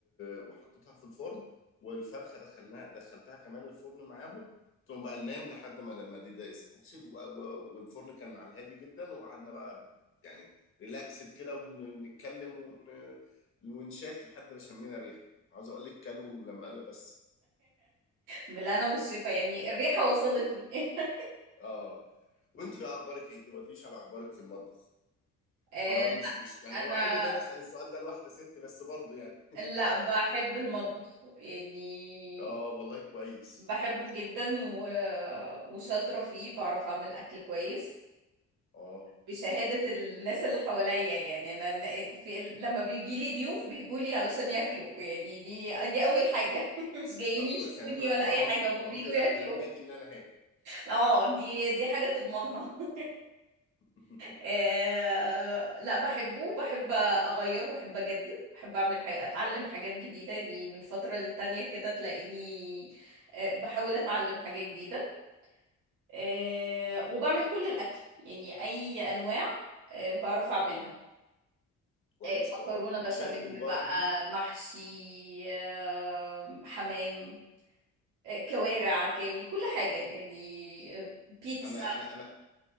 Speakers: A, on the left; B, on the right.
A: وحطيتها في الفرن والفرخه دخلناها دخلتها كمان الفرن معاهم تقوم بقى ننام لحد ما لما دي ده يصحى وسيب و... و... والفرن كان على الهادي جدا وقعدنا بقى يعني ريلاكسد كده ونتكلم ون... ونشات لحد ما شمينا ريحه عاوز اقول لك كلوا لما قالوا يا بس
B: بالله أنا والشفا يعني الريحة وصلتني <laughs>
A: اه وانت بقى اخبارك ايه؟ انت ما قلتليش على اخبارك في المطبخ.
B: آه،
A: وانا بقى
B: لا
A: مش مش يعني
B: أنا
A: هو عيب ان انا اسال السؤال ده لواحده ست بس برضه يعني. <laughs>
B: لا بحب المطبخ يعني
A: اه والله كويس
B: بحبه
A: كويس.
B: جدا و... وشاطرة فيه بعرف أعمل أكل كويس
A: اه
B: بشهادة الناس اللي حواليا يعني أنا أنا- في... لما بيجيلي ضيوف بيجولي علشان ياكلوا يعني دي دي أول حاجة <laughs> مش جايين
A: طب
B: يشوفوني
A: كويس يعني احنا
B: ولا
A: ضمنت
B: أي حاجة هما
A: ضمنت
B: بيجوا
A: يعني
B: ياكلوا
A: لما اجي ان انا هاكل.
B: اه دي دي حاجة تضمنها <laughs>
A: <laughs>
B: آه... لا بحبه بحب أغير وبحب أجدد بحب أعمل حاجة أتعلم حاجات جديدة يعني من فترة للتانية كده تلاقيني آه، بحاول أتعلم حاجة جديدة آه، وبعمل كل الأكل يعني أي أنواع آه، بعرف أعملها
A: كويس
B: آه، مكرونة
A: والله
B: بشاميل
A: شرقي وغربي
B: بقى محشي آه، حمام آه، كوارع عكاوي كل حاجة يعني آه، بيتزا
A: انا انا انا